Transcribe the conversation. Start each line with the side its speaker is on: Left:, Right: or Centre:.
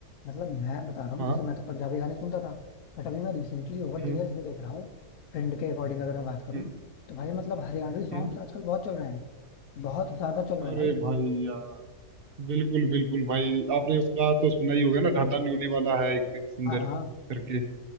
Left: मतलब मैं बता रहा हूँ
Right: हाँ
Left: जैसे मैं तो पंजाबी गाने सुनता था बट अभी मैं रिसेंटली ओवर द
Right: हम्म
Left: इयर्स ये देख रहा हूँ ट्रेंड के अकॉर्डिंग अगर मैं बात करूँ
Right: हम्म
Left: तो भाई मतलब हरियाणवी सॉन्ग्स
Right: हम्म
Left: आजकल बहुत चल रहे हैं बहुत ज्यादा चल रहे
Right: अरे
Left: हैं भाई
Right: भाई यार बिल्कुल बिल्कुल भाई आपने उसका तो सुना ही होगा ना ढाडा न्यूली वाला है एक, एक सिंगर
Left: हाँ हाँ
Right: करके